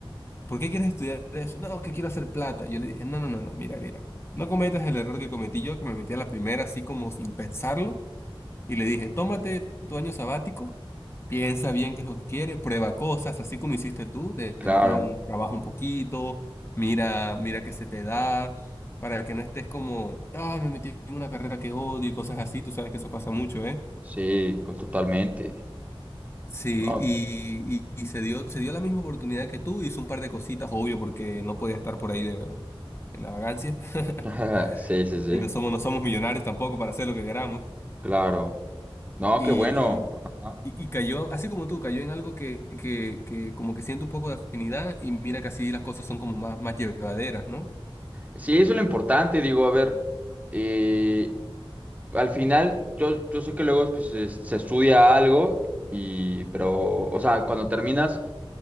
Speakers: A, on the left; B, on the right.
A: ¿por qué quieres estudiar eso? No, que quiero hacer plata. Yo le dije, no, no, no, no, mira, mira, no cometas el error que cometí yo, que me metí a la primera así como sin pensarlo, y le dije, tómate tu año sabático, piensa bien qué es lo que quieres, prueba cosas, así como hiciste tú, de,
B: Claro,
A: en plan, trabaja un poquito, mira, mira qué se te da, para que no estés como, ah, me metí en una carrera que odio y cosas así, tú sabes que eso pasa mucho, ¿eh?
B: sí, co- totalmente.
A: Sí,
B: No,
A: y, y- y se dio, se dio la misma oportunidad que tú, hizo un par de cositas, obvio, porque no podía estar por ahí de, en la vagancia. <laughs>
B: <laughs> sí, sí, sí,
A: Y no somos, no somos millonarios tampoco para hacer lo que queramos.
B: claro. No,
A: Y,
B: qué bueno. Ajá.
A: y, y cayó, así como tú, cayó en algo que, que, que como que siento un poco de afinidad y mira que así las cosas son como más, más llevaderas, ¿no?
B: Sí, eso es lo importante, digo, a ver, eh, al final yo, yo sé que luego pues, se, se estudia algo y, pero, o sea, cuando terminas